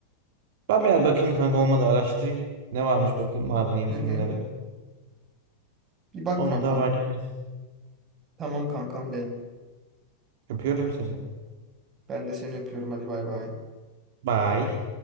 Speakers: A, on the right; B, on the right.
A: Ben biraz bakayım kanka olmadı araştırayım. Ne varmış bakayım Marvel'ın yeni
B: Hı hı.
A: filmleri.
B: Bir bak
A: Olmadı
B: kankam.
A: haberleşiriz.
B: Tamam kankam benim.
A: Öpüyorum seni.
B: Ben de seni öpüyorum hadi bay bay.
A: Bye.